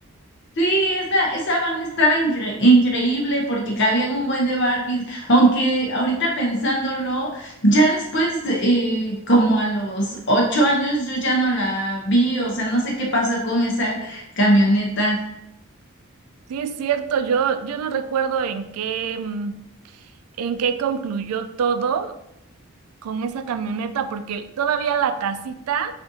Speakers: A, on the left; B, on the right.
A: Sí, esa, esa van estaba incre- increíble porque cabían un buen de Barbies, aunque ahorita pensándolo, ya después, eh, como a los ocho años, yo ya no la vi, o sea, no sé qué pasó con esa camioneta.
B: Sí, es cierto, yo, yo no recuerdo en qué, mm, en qué concluyó todo con esa camioneta, porque todavía la casita